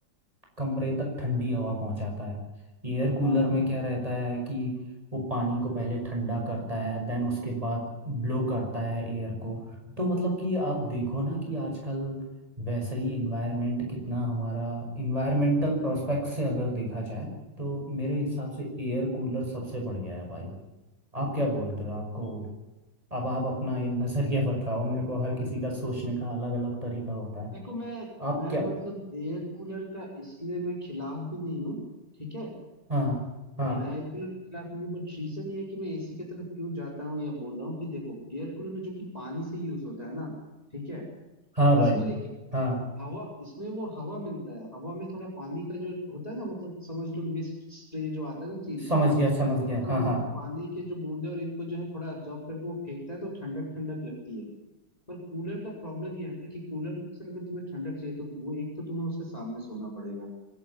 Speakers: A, on the right (about 15°); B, on the left (about 20°).
A: कमरे तक ठंडी हवा पहुंचाता है एयर कूलर
B: हाँ
A: में क्या रहता है कि वो पानी को पहले ठंडा करता है देन उसके बाद ब्लो करता है एयर को तो मतलब कि आप देखो ना कि आजकल वैसा ही इन्वायरमेंट कितना हमारा इन्वायरमेंटल प्रोस्पेक्ट से अगर देखा जाए तो मेरे हिसाब से एयर कूलर सबसे बढ़िया है भाई आप क्या बोलते हो आपको अब आप अपना ये नजरिया <laughs> बताओ मेरे को हर किसी का सोचने का अलग अलग तरीका होता है
B: देखो मैं
A: आप
B: मैं
A: क्या
B: मतलब एयर कूलर का इसलिए मैं खिलाफ भी नहीं हूँ ठीक है
A: हाँ हाँ
B: मैं एयर कूलर के खिलाफ नहीं हूँ बट रीजन ये है कि मैं एसी की तरफ क्यों जाता हूँ या बोल रहा हूँ कि देखो एयर कूलर में जो कि पानी से यूज होता है ना ठीक है
A: हाँ भाई
B: इसमें लेकिन
A: हाँ
B: हवा इसमें वो हवा मिलता है हवा में थोड़ा पानी का जो होता है ना मतलब समझ लो मिस्ट स्प्रे जो आता है ना चीज
A: समझ गया
B: वैसे
A: समझ गया
B: ही मतलब
A: हाँ
B: हाँ
A: हाँ
B: पानी के जो बूंदे और इनको जो है थोड़ा एब्जॉर्ब करके वो फेंकता है तो ठंडक ठंडक लगती है पर कूलर का प्रॉब्लम ये है ना कि कूलर से अगर तुम्हें ठंडक चाहिए तो वो एक तो तुम्हें उसके सामने सोना पड़ेगा